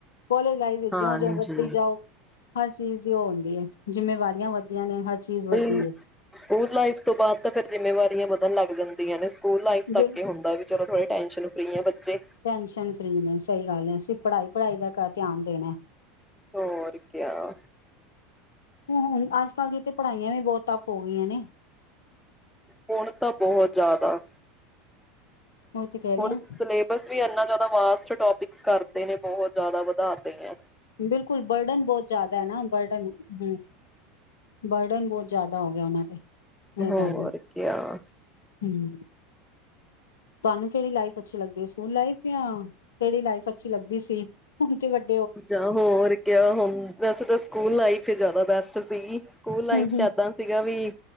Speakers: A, on the left; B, in the centre.
A: ਕੋਲੇਜ ਲਾਈਫ ਵਿੱਚ
B: ਹਾਂਜੀ
A: ਜੌਂ ਜੌਂ ਵੱਧਦੀ ਜਾਓ, ਹਰ ਚੀਜ਼ ਦੀ ਉਹ ਹੁੰਦੀ ਐ। ਜਿੰਮੇਵਾਰੀਆਂ ਵੱਧਦੀਆਂ ਨੇ, ਹਰ ਚੀਜ਼ ਵੱਧਦੀ
B: ਓਹ, ਸਕੂਲ ਲਾਈਫ ਤੋਂ ਬਾਅਦ ਤਾਂ ਫਿਰ ਜਿੰਮੇਵਾਰੀਆਂ ਵਧਣ ਲੱਗ ਜਾਂ ਦੀਆਂ ਨੇ। ਸਕੂਲ ਲਾਈਫ
A: ਹੈ
B: ਤੱਕ ਇਹ ਹੁੰਦਾ ਵੀ, ਚਲੋ ਥੋੜੇ ਟੈਂਸ਼ਨ ਫ੍ਰਰੀ ਆ ਬੱਚੇ।
A: ਟੈਨਸ਼ਨ ਫਰੀ ਨੇ ਸਹੀ ਗੱਲ ਹੈ ਅਸੀਂ ਪੜ੍ਹਾਈ ਪੜ੍ਹਾਈ ਦਾ ਕਰ ਧਿਆਨ ਦੇਣਾ।
B: ਹੋਰ ਕਿਆ।
A: ਹੁ ਹੁਣ ਅੱਜ ਕੱਲ੍ਹ ਦੀਆਂ ਤੇ ਪੜ੍ਹਾਈਆਂ ਵੀ ਬਹੁਤ ਤੱਪ ਹੋ ਗਈਆਂ ਨੇ।
B: ਹੁਣ ਤਾਂ ਬਹੁਤ ਜ਼ਿਆਦਾ।
A: ਉਹੀ ਤੇ ਕਹਿ ਰਹੀ
B: ਹੁਣ
A: ਹਾਂ
B: ਸਿਲੇਬਸ ਵੀ ਇੰਨਾ ਜ਼ਿਆਦਾ ਵਾਸਟ ਟਾਪਿਕ ਸ ਕਰਤੇ ਨੇ, ਬਹੁਤ ਜ਼ਿਆਦਾ ਵਧਾਤੇ ਐ।
A: ਬਿਲਕੁਲ ਬਰਡਨ ਬਹੁਤ ਜ਼ਿਆਦਾ ਐ ਨਾ, ਬਰਡਨ। ਹੂੰ, ਬਰਡਨ ਬਹੁਤ ਜ਼ਿਆਦਾ ਹੋ ਗਿਆ ਉਹਨਾਂ ਤੇ। ਇਹ
B: ਹੋਰ
A: ਗੱਲ ਹੈ
B: ਕਿਆ।
A: ਹਮ ਤੁਹਾਨੂੰ ਕਿਹੜੀ ਲਾਈਫ ਅੱਛੀ ਲੱਗਦੀ, ਸਕੂਲ ਲਾਈਫ ਜਾਂ ਕਿਹੜੀ ਲਾਈਫ ਅੱਛੀ ਲੱਗਦੀ ਸੀ? ਹੁਣ ਤੇ ਵੱ
B: ਜਾਂ ਹੋਰ ਕਿਆ, ਹੁਣ ਵੈਸੇ ਤਾਂ ਸਕੂਲ ਲਾਈਫ ਹੀ ਜ਼ਿਆਦਾ ਬੈਸ ਟ ਸੀਗੀ ਸਕੂਲ ਲਾਈਫ
A: ਹਮ
B: ਚ
A: ਹਮ
B: ਏਦਾਂ ਸੀਗਾ ਵੀ